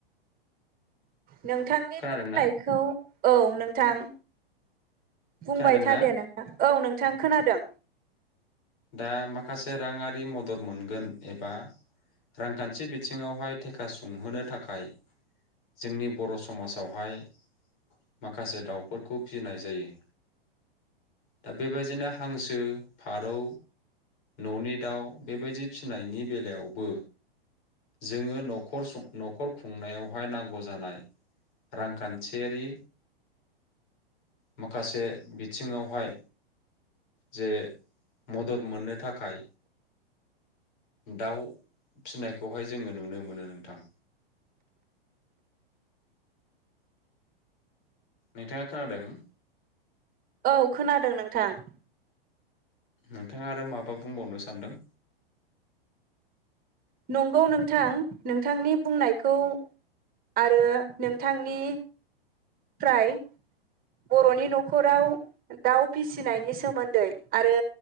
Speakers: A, on the right (about 30°); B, on the left (about 55°).
A: नोंथांनि
B: खोनादोंना
A: बुंनायखौ औ नोंथां। बुंबाय
B: खोनादों
A: थादे
B: दा
A: नोंथां। औ नोंथां खोनादों।
B: दा माखासे राङारि मदद मोनगोन एबा रांखान्थि बिथिङावहाय थेखा सुंहोनो थाखाय जोंनि बर' समाजावहाय माखासे दाउफोरखौ फिनाय जायो दा बेबायदिनो हांसो, फारौ न'नि दाउ बेबायदि फिनायनि बेलायावबो जोङो न'खर सं न'खर खुंनायावहाय नांगौ जानाय रांखान्थियारि माखासे बिथिङावहाय जे मदद मोननो थाखाय दाउ फिनायखौहाय जोङो नुनो मोनो नोंथां। नोंथाङा खोनादों?
A: औ खोनादों नोंथां।
B: नोंथाङा आरो माबा बुंबावनो सानदों?
A: नंगौ नोंथां नोंथांनि बुंनायखौ आरो नोंथांनि फ्राय बर'नि न'खराव दाउ फिसिनायनि सोमोन्दै आरो